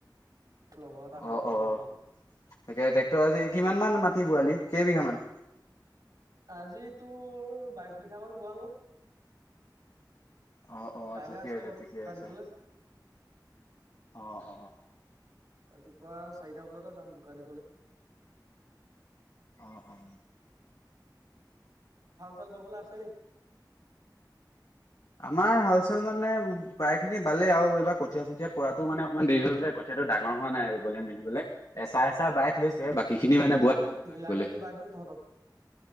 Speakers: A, on the right (about 55°); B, on the left (about 50°).
A: লগৰ এটা সৈতে
B: অ
A: কথা
B: অ
A: পাতো
B: তাকে
A: বুলি
B: ট্ৰেক্টৰ আজি কিমান মান মাটি বোৱালি কেই বিঘা মান
A: আজি তোৰ বাইশ বিঘা মান বোৱালো
B: অ অ
A: কাইলৈ
B: ঠিকে আছে
A: অলপমান
B: ঠিকে
A: বোকা
B: আছে
A: দিবলৈ
B: অ অ
A: ৰাতিপুৱা চাৰিটা বজাতে যাম বোকা দিবলে
B: অ অ
A: তেল ভৰাবলৈ আছে নি
B: আমাৰ হাল চাল মানে প্ৰায় খিনি বালেই আৰু এইবাৰ কঠীয়া চঠীয়া পৰাতো মানে অকমান দেৰি হল যে সেটো ডাঙৰ হোৱা নাই ৰুবলে মিলিবলে এচা এচাহ বাই থৈছে বাকী
A: অ
B: খিনি
A: যদি
B: মানে বোৱা
A: কবি
B: নাই বোকা
A: মিলাই
B: দিবলে।
A: মিলি বাই দিম তহঁতক